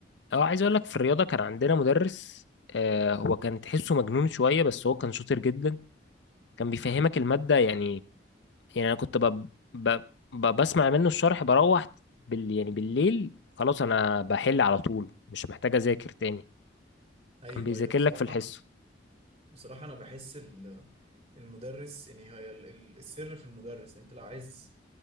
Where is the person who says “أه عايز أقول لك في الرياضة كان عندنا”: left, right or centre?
Left